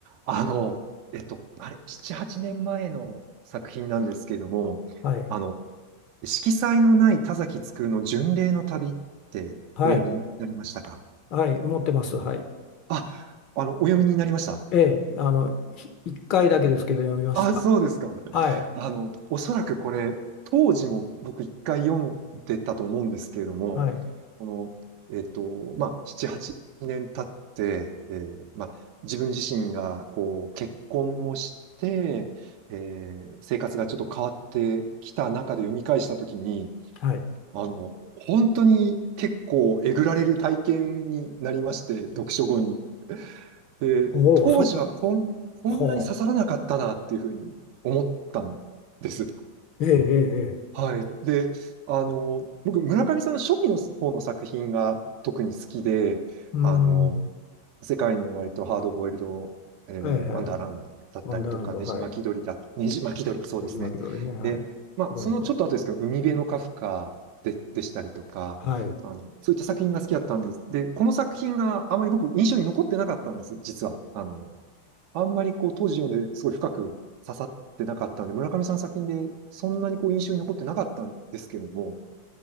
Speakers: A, on the right; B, on the left.
A: あの、えっと、あれ、7、8年前の作品なんですけれども、
B: はい、
A: あの、色彩のない田崎つの巡礼の旅ってお読みになりましたか
B: はい、はい、持ってます。はい。
A: あ、あの、お読みになりました。
B: ええ、あの、ひ一回だけですけど読みました。
A: あ、そうですか。
B: はい、
A: あの、おそらくこれ、当時も僕一回読んでたと思うんですけれども、
B: はい、
A: この、えっと、まあ、7、8年経って、えーまあ、自分自身が、こう、結婚もして、えー生活がちょっと変わってきた中で読み返したときに、
B: はい。
A: あの、本当に結構えぐられる体験になりまして、読書後に。で、
B: ほう、
A: 当時はこん、
B: そ、
A: こんなに刺さらなかったなっていうふうに思ったんです。
B: ほう。ええ、ええ、ええ。
A: はい。で、あの、僕、村上さんの初期の方の作品が特に好きで、
B: うーん。
A: あの、世界の終わりとハードボイルド、えーワンダーランドだったりとか、
B: ええ、ええワンダーランド、
A: ねじ巻き鳥だ、
B: はい。
A: ねじ巻き鳥、そうですね。
B: ネジマピどリね、はい。
A: で、まあ、
B: クロニクル。
A: そのちょっと後ですけど、海辺のカフカで、でしたりとか、
B: はい。
A: あの、そういった作品が好きだったんです。で、この作品があまり僕、印象に残ってなかったんです、実は。あの、あんまりこう当時読んですごい深く刺さってなかったんで、村上さんの作品でそんなにこう印象に残ってなかったんですけれども、